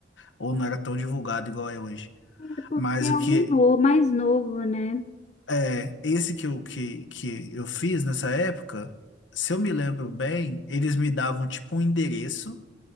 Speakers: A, on the left; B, on the left.
A: ou não era tão divulgado igual é hoje.
B: É porque
A: Mas
B: é
A: o
B: um
A: que
B: novo, mais novo, né?
A: é, esse que eu, que, que eu fiz nessa época, se eu me lembro bem, eles me davam tipo um endereço